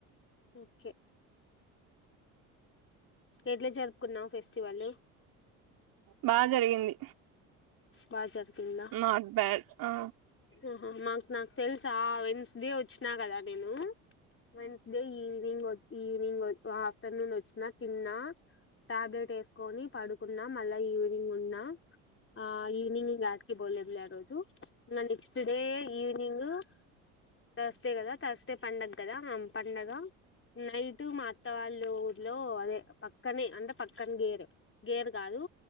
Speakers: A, on the left; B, on the right.
A: ఓకే ఎట్ల జర్పుకున్నావు ఫెస్టివలు
B: బా జరిగింది
A: బాజార్గిందా
B: నాట్ బ్యాడ్ ఆ
A: ఆహా మాకు నాకు తెల్సా ఆ ఎన్స్దే వచ్చిన న కదా నేను వెన్స్డే ఈవినింగ్ ఈవినింగ్ గొ ఆఫ్టర్నూన్ ఒచ్చిన తిన్నా టాబ్లెట్ ఏస్కొని పడుకున్న మళ్ళ ఈవినింగున్నా ఆ ఈవినింగ్ యాట్కి పోలేదులే ఆ రోజు ఇంగ నెక్స్ట్ డే ఈవనింగు థర్స్డే కదా థర్స్డే పండగ గదా ఆ పండగ నైటు మా అత్తవాళ్ళ ఊర్లో అదే పక్కనే అంటే పక్క పక్కన గేరు గేరు కాదు